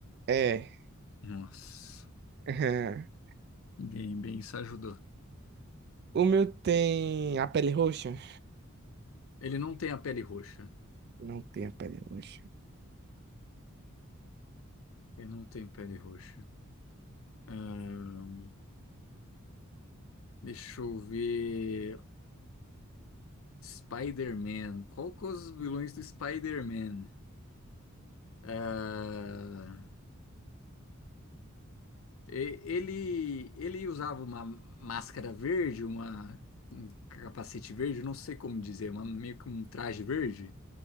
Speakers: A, on the right; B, on the left.
A: É.
B: Nossa,
A: <laughs>
B: bem, bem, isso ajudou.
A: O meu tem a pele roxa?
B: Ele não tem a pele roxa.
A: Não tem a pele roxa.
B: Ele não tem pele roxa. Ahn, deixa eu ver. Spider-Man. Qual que é os vilões do Spider-Man? Ah, E- Ele, ele usava uma máscara verde, uma, um capacete verde, não sei como dizer, uma, meio que um traje verde.